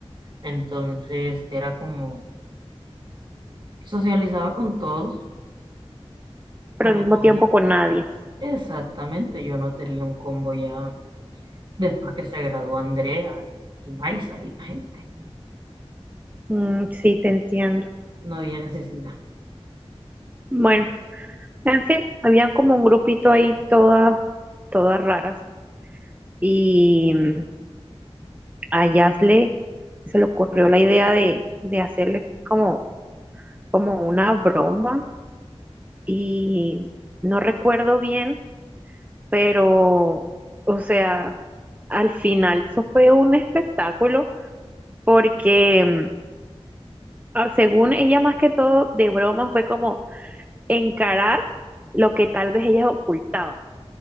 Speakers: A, on the right (about 50°); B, on the right (about 15°).
A: entonces era como socializaba con todos
B: pero
A: para
B: al mismo
A: no...
B: tiempo con nadie.
A: Exactamente, yo no tenía un combo ya después que se graduó Andrea y Maisa y la gente,
B: Mm, sí, te entiendo.
A: no había necesidad.
B: Bueno, en fin, habían como un grupito ahí todas, todas raras y mm, a Yasle se le ocurrió la idea de, de hacerles como, como una broma y no recuerdo bien, pero, o sea, al final eso fue un espectáculo porque mm, ah, según ella más que todo de broma fue como encarar lo que tal vez ellas ocultaban,